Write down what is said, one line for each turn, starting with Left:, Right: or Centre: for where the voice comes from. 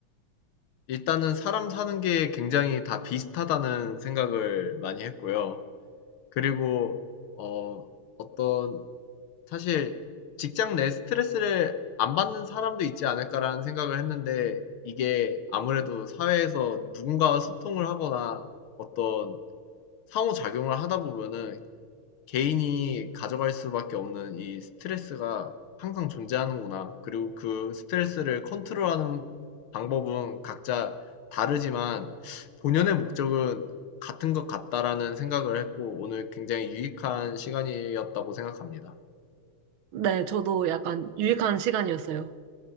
Left: 일단은 사람 사는 게 굉장히 다 비슷하다는 생각을 많이 했고요. 그리고 어 어떤 사실 직장 내 스트레스를 안 받는 사람도 있지 않을까라는 생각을 했는데 이게 아무래도 사회에서 누군가와 소통을 하거나 어떤 상호작용을 하다 보면은 개인이 가져갈 수밖에 없는 이 스트레스가 항상 존재하는구나. 그리고 그 스트레스를 컨트롤하는 방법은 각자 다르지만 본연의 목적은 같은 것 같다라는 생각을 했고 오늘 굉장히 유익한 시간이었다고 생각합니다.
Right: 네, 저도 약간 유익한 시간이었어요.